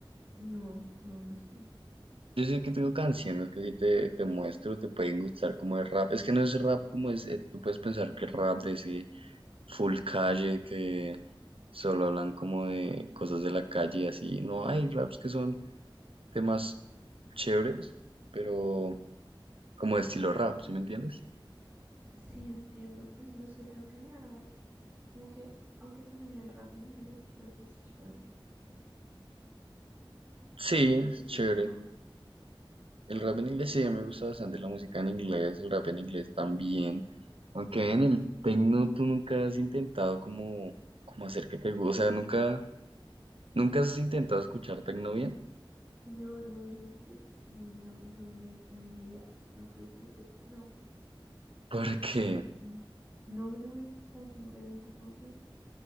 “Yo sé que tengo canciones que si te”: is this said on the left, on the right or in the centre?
Right